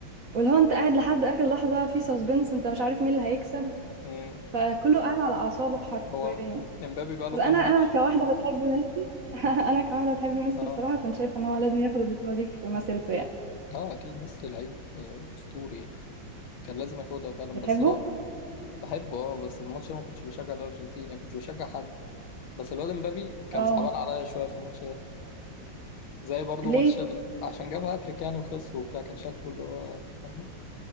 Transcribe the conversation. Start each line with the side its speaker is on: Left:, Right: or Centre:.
Right: واللي هو انت قاعد لحد اخر لحظه في سسبنس انت مش عارف مين اللي هيكسب
Left: مم.
Right: فكله قاعد على اعصابه حرفيا
Left: هو امبابي بقى له
Right: بس
Left: كام
Right: انا انا
Left: ماتش
Right: كواحده بتحب ميسي <laughs> انا كواحده بتحب ميسي
Left: اه
Right: الصراحه كنت شايفه ان هو لازم ياخد البطوله دي في مسيرته يعني
Left: اه أكيد ميسي لعيب آه، أسطوري يعني كان لازم ياخدها فعلا
Right: بتحبه
Left: بس هو بحبه اه بس في الماتش ده ما كنتش بشجع الارجنتين يعني ما كنتش بشجع حد بس الواد امبابي كان
Right: اه
Left: صعبان عليا شويه في الماتش ده زي برضو
Right: ليه
Left: ماتش ال... عشان جاب هاتريك يعني وخسر وبتاع كان شكله اللي هو فاهمه